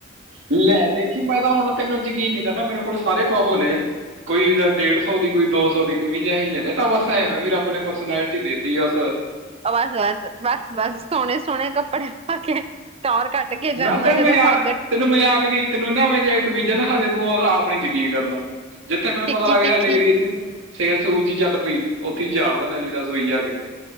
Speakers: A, on the right; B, on the right.
A: ਲੈ ਦੇਖੀ ਮੈਂ ਤਾਂ ਹੁਣ ਤੈਨੂੰ ਯਕੀਨ ਨਹੀਂ ਕਰਨਾ, ਮੇਰੇ ਕੋਲ ਸਾਰੇ ਪਾਹੋ ਨੇ, ਕੋਈ ਜਾਂ ਡੇਢ ਸੌ ਦੀ, ਕੋਈ ਦੋ ਸੌ ਦੀ ਕਮੀਜ਼ਹੀਆਂ ਨੇ ਤਾਂ ਵਸ ਐਵੇਂ ਵੀ ਰਬ ਨੇ ਪਰਸਨੈਲਿਟੀ ਦੇਤੀ ਅਸ।
B: ਬਸ-ਬਸ-ਬਸ-ਬਸ, ਸੋਹਣੇ ਸੋਹਣੇ ਕੱਪੜੇ ਪਾ ਕੇ। ਟੌਰ ਕੱਢ ਕੇ ਜਾਂਦਾ
A: ਨਾ ਤੈਨੂੰ
B: ਜਦੋਂ
A: ਮਜ਼ਾਕ
B: ਪੱਗ
A: ਤੈਨੂੰ ਮਯਾਕ ਨੀ, ਤੈਨੂੰ ਨਾ ਮ ਜੇ ਕਮੀਜ਼ਾਂ ਨਾ ਹਲੇ ਬੌ ਅ ਆਪ ਨੀ ਯਕੀਨ ਕਰਨਾ। ਜਿੱਥੇ ਮੈਨੂੰ
B: ਤਿੱਖੀ
A: ਪਤਾ ਲੱਗ ਗਿਆ,
B: ਤਿੱਖੀ
A: ਸਾਡੇ ਏਰੀਏ ਚ ਸੇਲ ਸੂਲ ਜੀ ਚੱਲ ਪਈ, ਉੱਥੇ ਹੀ ਚਾੜ ਦੇਣੇ ਆ <unintelligible> ਜਾ ਕੇ।